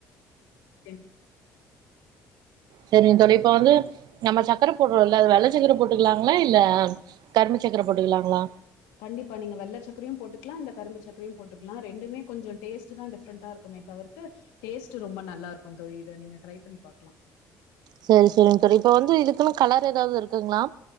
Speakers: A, on the left; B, on the right.
A: <inaudible>
B: செரிங்க தோழி இப்ப வந்து நம்ம சக்கர போட்டுறோல அது வெள்ள சக்கர போட்டுக்கலாங்களா இல்ல கரும்பு சக்கர போட்டுக்கலாங்களா
A: கண்டிப்பா நீ வெள்ள சக்கரயு போட்டுக்கலா இந்த கரும்பு சக்கரையு போட்டுக்கலா ரெண்டுமே கொஞ்சோ டேஸ்ட் தா டிஃப்ரண்டா இருக்கு மே தவிர்த்து டேஸ்ட் ரொம்ப நல்லா இருக்கு தோழி இத நீங்க ட்ரை பண்ணி பாக்கலா
B: செரி செரிங்க தோழி இப்ப வந்து இதுக்குன்னு கலர் ஏதாவது இருக்குங்ளா